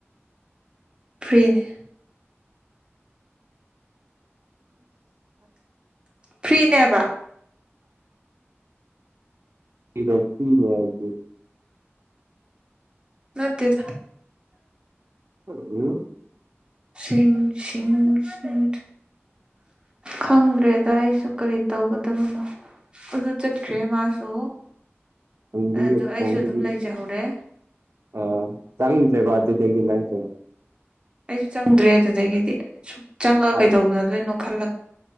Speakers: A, on the right (about 20°); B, on the right (about 70°).
A: ꯐ꯭ꯔꯔꯤꯅꯦ ꯐ꯭ꯔꯤꯅꯦꯕ
B: ꯐꯔꯣꯤ
A: ꯃꯠꯇꯗ
B: ꯍꯂ ꯎꯝ
A: ꯁꯤꯡ ꯁꯤꯡꯁꯤꯡ ꯈꯪꯗ꯭ꯔꯦꯗ ꯑꯩꯁꯨ ꯀꯔꯤ ꯇꯧꯒꯗꯕꯅꯣ ꯑꯗꯨ ꯆꯠꯈ꯭ꯔꯦ ꯃꯥꯁꯨ
B: ꯊꯪꯕꯤꯌꯨ
A: ꯑꯗꯨ
B: ꯊꯣꯡꯕꯤꯌꯨ
A: ꯑꯩꯁꯨ ꯑꯗꯨꯝ ꯂꯩꯖꯍꯧꯔꯦ
B: ꯑ ꯆꯥꯡꯁꯦꯕ ꯂꯩꯒꯖꯔꯣ
A: ꯑꯩꯁꯨ ꯆꯪꯗ꯭ꯔꯦ ꯑꯗꯨꯗꯒꯤꯗꯤ ꯁꯨꯝ ꯆꯪꯉꯒ
B: ꯍꯣꯏ
A: ꯀꯩꯗꯧꯅꯗꯣꯏꯅꯣ ꯈꯜꯂꯒ